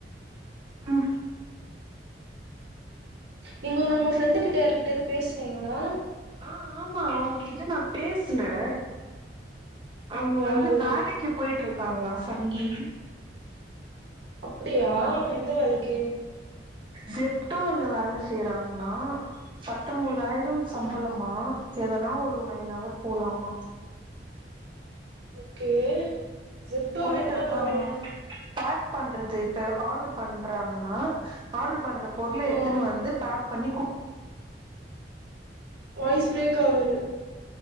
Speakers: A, on the right (about 30°); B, on the right (about 75°).
A: ம்
B: நீங்க நம்ம ஃப்ரெண்டு கிட்ட யார்கிட்டயாது பேச்னீங்களா
A: ஆ ஆமா அவங்ககிட்ட நா பேச்னே அவங்க
B: யாரு
A: வந்து வேலை க்கி போயிட்ருக்காங்களா சங்கி
B: அப்டியா எந்த வேலைக்கு
A: ஜெப்டோல வேல செய்றாங்க்ளா பத்தொன்பதாயிரோ சம்பளமா
B: ஆ
A: எதனா ஒரு நைன் அவர் போலாமா
B: ஓகே ஜெப்டோல
A: போயிட்டு
B: என்ன
A: இருக்காங்களா
B: வேலை
A: பாக் பண்றது இப்ப ஆர்டர் பண்றாங்கனா ஆர்டர் பண்ற பொருள
B: ஆ
A: எத்துனு வந்து பாக் பண்ணி கு
B: வாய்ஸ் பிரேக் ஆகுது